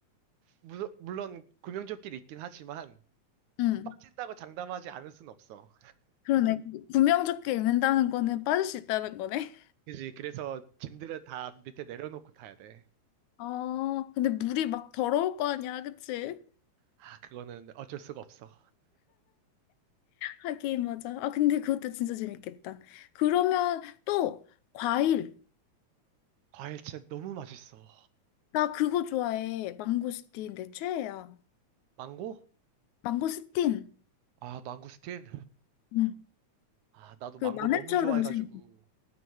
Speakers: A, on the right; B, on the left.
A: 무- 물론 구명조끼리 있긴 하지만
B: 응.
A: 빠진다고 장담하지 않을 순 없어.
B: 그러네. 구명조끼 입는다는 거는 빠질 수 있다는 거네.
A: 그지? 그래서 짐들을 다 밑에 내려놓고 타야 돼.
B: <laughs> 아, 근데 물이 막 더러울 거 아니야, 그치?
A: 아, 그거는 어쩔 수가 없어.
B: 하긴, 맞아. 아, 근데 그것도 진짜 재밌겠다. 그러면 또, 과일.
A: 과일 진짜 너무 맛있어.
B: 나 그거 좋아해. 망고스틴, 내 최애야.
A: 망고?
B: 망고스틴.
A: 아, 망고스틴?
B: 응.
A: 아, 나도
B: 그
A: 망고
B: 마늘처럼
A: 너무 좋아해가지고.
B: 생긴,